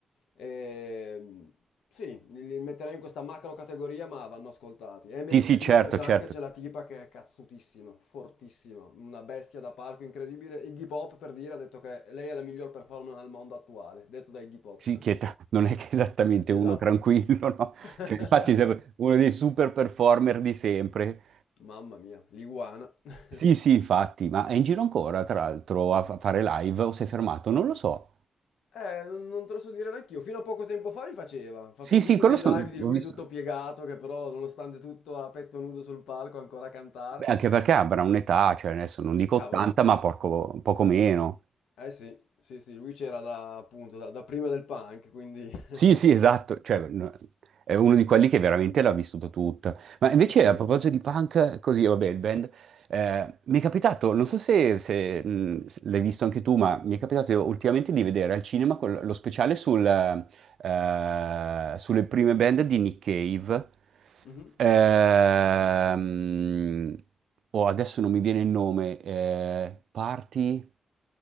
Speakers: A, on the left (about 80°); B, on the right (about 75°).
A: Ehm, sì, li, li metterei in questa macro categoria, ma vanno ascoltati. Emily
B: Sì,
A: and
B: sì,
A: the Sniffers
B: certo, certo.
A: anche c'è la tipa che è cazzutissima, fortissima, una bestia da palco incredibile. Iggy Pop per dire ha detto che lei è la miglior performer al mondo attuale, detto da Iggy Pop.
B: Sì, che ta-
A: <laughs>
B: <laughs> non è che è esattamente
A: Esatto.
B: uno tranquillo, <laughs> no?
A: <laughs>
B: Cioè, infatti è uno dei super performer di sempre.
A: Mamma mia, l'iguana. <laughs>
B: Sì, sì, infatti, ma è in giro ancora, tra l'altro, a fa- fare live o si è fermato? Non lo so.
A: Eh, non, non te lo so dire neanch'io. Fino a poco tempo fa li faceva. Fate-
B: Sì,
A: ho
B: sì,
A: visto
B: quello
A: dei
B: so-
A: live di
B: ho
A: lui
B: visto.
A: tutto piegato, che però, nonostante tutto, a petto nudo sul palco, ancora a cantare.
B: Beh, anche perché avrà un'età, cioè adesso non dico
A: Cavoli.
B: 80, ma porco- poco meno.
A: Eh sì, sì, sì, lui c'era da, appunto, da, da prima del punk, quindi... <laughs>
B: Sì, sì, esatto, cioè, no, è uno di quelli che veramente l'ha vissuto tutta. Ma invece
A: Cavoli.
B: a proposito di punk, così, vabbè, il band, eh, mi è capitato, non so se, se, mh, se l'hai visto anche tu, ma mi è capitato ultimamente di vedere al cinema quel- lo speciale sul, eh, sulle prime band di Nick Cave.
A: Mhm.
B: Ehm, oh, adesso non mi viene il nome, eh, Party...